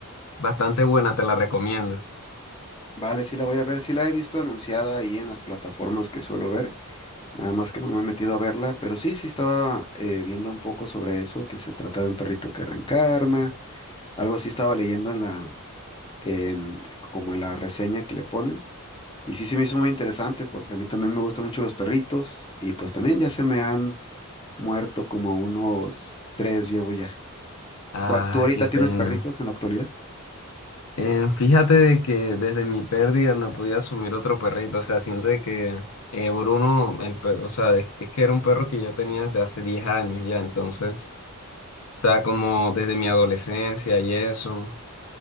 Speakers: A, on the left; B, on the left.
A: Bastante buena, te la recomiendo.
B: Vale, sí la voy a ver, sí la he visto anunciada ahí en las plataformas que suelo ver, nada más que no me he metido a verla, pero sí, sí estaba eh, viendo un poco sobre eso, que se trata de un perrito que reencarna, algo así estaba leyendo en la, em, como en la reseña que le ponen, y sí se me hizo muy interesante porque a mí también me gustan mucho los perritos, y pues también ya se me han muerto como unos tres llevo ya.
A: Ah,
B: ¿Cuá- ¿Tú ahorita
A: qué
B: tienes
A: pena.
B: perritos en la actualidad?
A: Eh, fíjate de que desde mi pérdida no podía asumir otro perrito. O sea, siento de que eh, Bruno, el pe- o sea, es, es que era un perro que yo tenía desde hace 10 años ya. Entonces, o sea, como desde mi adolescencia y eso.